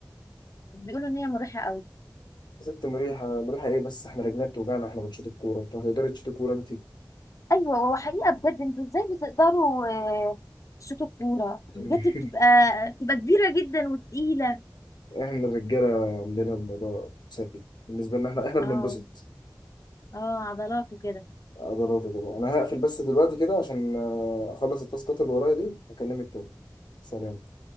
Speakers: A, on the left (about 45°); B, on the left (about 80°).
A: بيقولوا ان هي مريحه قوي
B: يا ست مريحة مريحة إيه بس إحنا رجلنا بتوجعنا إحنا بنشوط الكورة أنت هتقدري تشوطي كورة أنت
A: ايوه هو حقيقه بجد انتوا ازاي بتقدروا آه، تشوطوا الكوره
B: <laughs>
A: بجد بتبقى بتبقى كبيره جدا وتقيله
B: احنا الرجاله عندنا الموضوع سلبي بالنسبه لنا احنا احنا بننبسط
A: اه اه عضلات وكده
B: عضلات وكده انا هقفل بس دلوقتي كده عشان آه، اخلص التاسكات اللي ورايا دي اكلمك تاني سلام